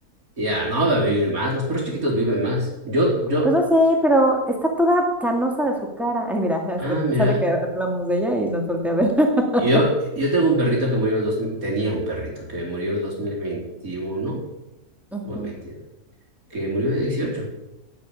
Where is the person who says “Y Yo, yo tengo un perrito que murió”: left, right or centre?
Right